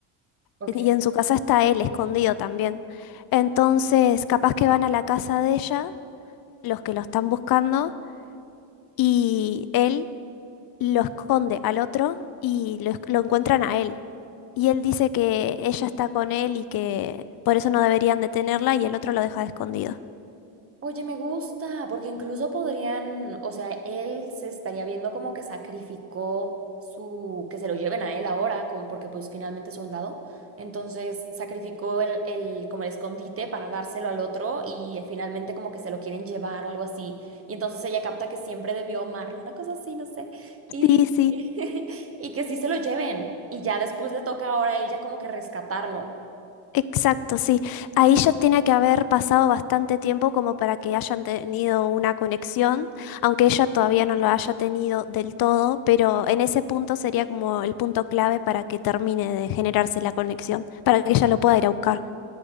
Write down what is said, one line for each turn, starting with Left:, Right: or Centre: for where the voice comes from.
Right: Ok.
Left: Y en su casa está él escondido también. Entonces, capaz que van a la casa de ella, los que lo están buscando y él lo esconde al otro y lo, esc- lo encuentran a él. Y él dice que ella está con él y que por eso no deberían detenerla y el otro lo deja de escondido.
Right: Oye, me gusta, porque incluso podrían, o sea, él se estaría viendo como que sacrificó su, que se lo lleven a él ahora, con, porque pues finalmente es soldado, entonces sacrificó el, el, como el escondite para dárselo al otro y eh, finalmente como que se lo quieren llevar o algo así, y entonces ella capta que siempre debió amarlo, una cosa así, no sé, y,
Left: Sí, sí,
Right: <laughs> y que sí se lo lleven, y ya después le toca ahora a ella como que rescatarlo.
Left: exacto, sí. Ahí ya tiene que haber pasado bastante tiempo como para que hayan tenido una conexión, aunque ella todavía no lo haya tenido del todo, pero en ese punto sería como el punto clave para que termine de generarse la conexión, para que ella lo pueda ir a buscar.